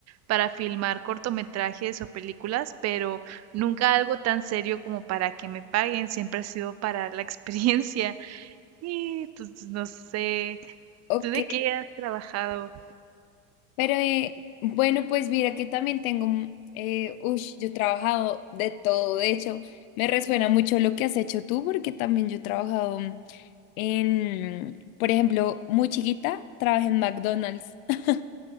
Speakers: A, on the right; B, on the left.
A: para filmar cortometrajes o películas, pero nunca algo tan serio como para que me paguen, siempre ha sido para la <laughs> experiencia. Y pues no sé,
B: Ok,
A: ¿tú de qué has trabajado?
B: Pero eh, bueno, pues mira que también tengo, un- eh, ush, yo he trabajado de todo, de hecho, me resuena mucho lo que has hecho tú, porque también yo he trabajado en, por ejemplo, muy chiquita, trabajé en McDonald's <laughs>